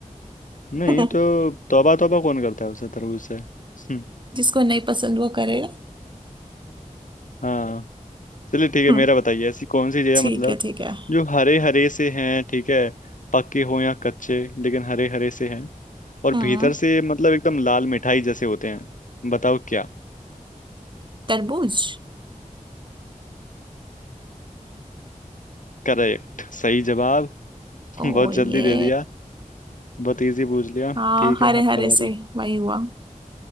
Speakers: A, on the right (about 35°); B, on the left (about 65°).
A: <laughs>
B: नहीं तो तौबा तौबा कौन करता है उसे तरबूज से हम्म,
A: जिसको नहीं पसंद वो करेगा
B: हाँ चलिए ठीक है
A: हम्म,
B: मेरा बताइए ऐसी कौन सी जगह
A: ठीक
B: मतलब
A: है ठीक है
B: जो हरे हरे से हैं ठीक है पक्के हो या कच्चे लेकिन हरे हरे से हैं और
A: हम्म
B: भीतर से मतलब एकदम लाल मिठाई जैसे होते हैं बताओ क्या
A: तरबूज
B: करेक्ट सही जवाब <laughs>
A: ओ
B: बहुत
A: ये
B: जल्दी दे दिया बहुत इजी पूछ लिया
A: हाँ
B: ठीक
A: हरे
B: है आपका
A: हरे
B: बारी
A: से वही हुआ